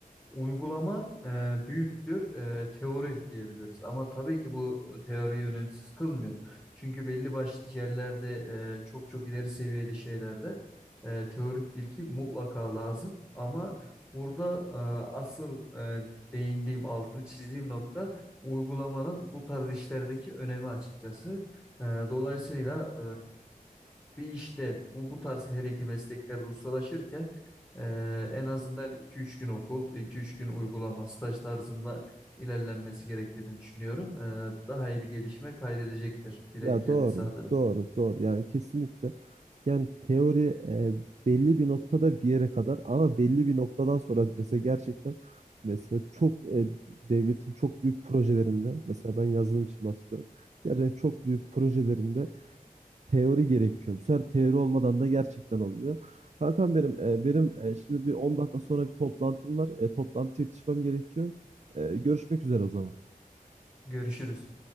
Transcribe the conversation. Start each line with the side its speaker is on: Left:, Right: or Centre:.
Left: Uygulama e, büyüktür e, teori diyebiliriz. Ama tabii ki bu teoriyi önemsiz kılmıyor. Çünkü belli başlı yerlerde e, çok çok ileri seviyede şeylerde e, teorik bilgi mutlaka lazım. Ama burada e, asıl e, değindiğim, altını çizdiğim nokta uygulamanın bu tarz işlerdeki önemi açıkçası. E, dolayısıyla bir işte bu bu tarz hele ki mesleklerde ustalaşırken e, en azından iki üç gün okul, iki üç gün uygulama, staj tarzında ilerlenmesi gerektiğini düşünüyorum. E, daha iyi bir gelişme kaydedecektir birey
Right: Ya
Left: kendisi
Right: doğru,
Left: adına.
Right: doğru, doğru. Yani kesinlikle. Yani teori e, belli bir noktada bir yere kadar ama belli bir noktadan sonra mesela gerçekten mesela çok e, devletin çok büyük projelerinde mesela ben yazılım için bahsediyorum. Gerçekten çok büyük projelerinde teori gerekiyor. Bu sefer teori olmadan da gerçekten olmuyor. Kankam benim, e, benim e, şimdi bir 10 dakika sonra bir toplantım var. E, toplantıya yetişmem gerekiyor. E, görüşmek üzere o zaman.
Left: Görüşürüz.